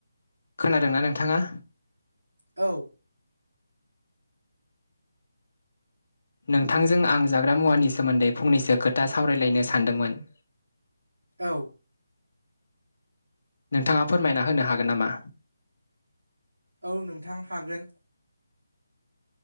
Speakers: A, on the left (about 55°); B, on the right (about 75°).
A: खोनादोंना नोंथाङा
B: औ
A: नोंथांजों आं जाग्रा मुवानि सोमोन्दै फंनैसो खोथा सावरायलायनो सानदोंमोन।
B: औ।
A: नोंथाङा फोरमायना होनो हागोन नामा?
B: औ नोंथां हागोन।